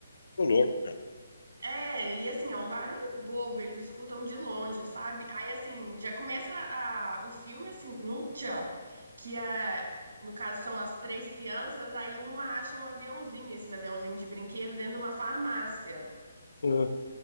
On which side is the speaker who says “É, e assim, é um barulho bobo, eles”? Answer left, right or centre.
Right